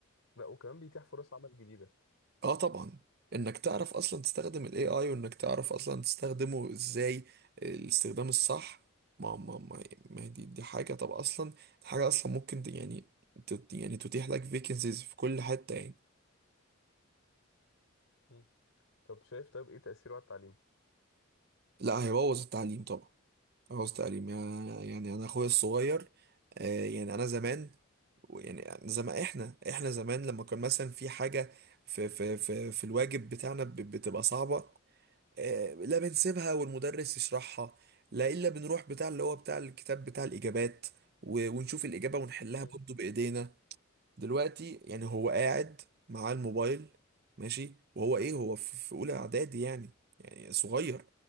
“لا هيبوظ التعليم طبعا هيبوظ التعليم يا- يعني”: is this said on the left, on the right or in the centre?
Right